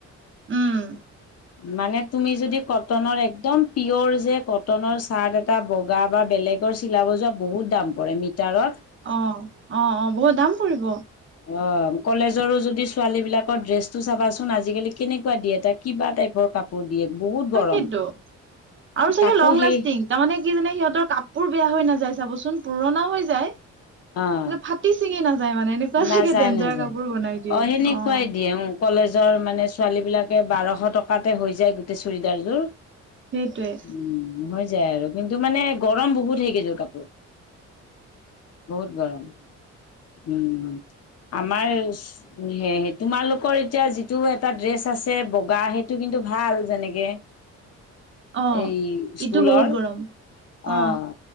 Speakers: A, on the right (about 40°); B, on the left (about 55°).
A: উম।
B: মানে তুমি যদি কটনৰ একদম প্ৰিয়ৰ যে, কটনৰ চাৰ্ট এটা বগা বা বেলেগ ৰ চিলাব যোৱা বহুত দাম পৰে মিটাৰত।
A: অ' অ' অ' বহুত দাম পৰিব।
B: অ' কলেজৰো যদি ছোৱালী বিলাকৰ ড্ৰেছটো চাবাচোন আজিকালি কেনেকুৱা দিয়ে কিবা টাইপৰ কাপোৰ দিয়ে বহুত
A: তাকেইতো
B: গৰম
A: আৰু চাগে
B: তাকো
A: লং লাষ্টিং
B: সেই
A: তাৰমানে কি জানে সিহঁতৰ কাপোৰ বেয়া হৈ নাযায় চাবচোন পুৰণা হৈ যায়।
B: অ'
A: মানে ফাটি চিঙি নাযায় মানে এনেকুৱা চাগে
B: নাযায়
A: ডেঞ্জাৰ
B: নাযায়।
A: কাপোৰ বনাই দিয়ে অ'।
B: সেনেকুৱাই দিয়ে উম, কলেজৰ মানে ছোৱালী বিলাকে বাৰশ টকাতে হৈ যায় গোটেই চুৰিদাৰযোৰ।
A: সেইটোৱে।
B: উম, হৈ যায় আৰু কিন্তু মানে গৰম বহুত সেই কেইযোৰ কাপোৰ। বহুত গৰম উম আমাৰ সেই তোমালোকৰ এতিয়া যিটো এটা ড্ৰেচ আছে বগা হেইটো কিন্তু ভাল যেনেকে
A: <inaudible> অ
B: এই স্কুলৰ
A: ইটো বহুত গৰম অ
B: আহ